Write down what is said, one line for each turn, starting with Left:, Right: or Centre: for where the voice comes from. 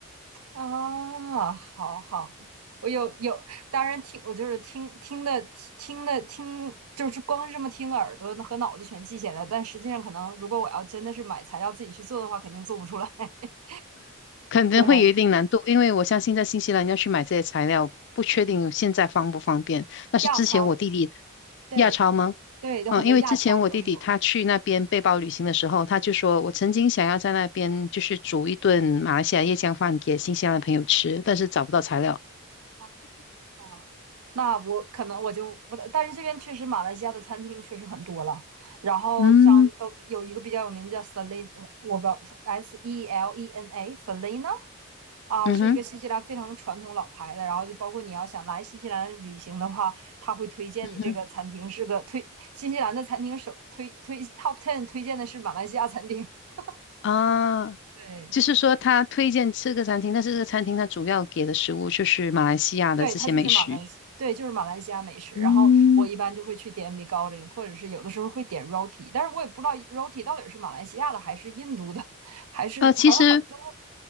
Right: 啊，好好，我有有，当然听，我就是听听的听的听，就是光是这么听耳朵和脑子全记下来，但实际上可能如果我要真的是买材料自己去做的话，肯定做不出来。<laughs>
Left: 肯定会有一定难度，
Right: 对，
Left: 因为我相信在新西兰要去买这些材料，不确定现在方不方便。但是之前我弟弟
Right: 亚超，对
Left: 亚超吗？
Right: 对，有很多亚超都有
Left: 嗯，因为之前我弟弟他去那边背包旅行的时候，他就说我曾经想要在那边就是煮一顿马来西亚椰浆饭给新西兰的朋友吃，但是找不到材料。
Right: 啊。那我可能我就我，但是这边确实马来西亚的餐厅确实很多了。然后像都有一个比较有名的叫
Left: 嗯，
Right: Selena，我不知道 S E L E N A Selena 啊，
Left: 嗯哼，
Right: 是一个新西兰非常传统老牌的，然后就包括你要想来新西兰旅行的话，他会推荐你这个餐厅是个推新西兰的餐厅首推推
Left: 嗯哼，
Right: top ten 推荐的是马来西亚餐厅，<laughs>
Left: 啊，
Right: 对
Left: 就是说他推荐吃个餐厅，但是这个餐厅它主要给的食物就是马来西亚的这些美食。
Right: 对，它就是马来西对就是马来西亚美食，
Left: 嗯。
Right: 然后我一般就会去点米糕林，或者是有的时候会点 roti，但是我也不知道 roti 到底是马来西亚的还是印度的，还是好像很多
Left: 呃，其实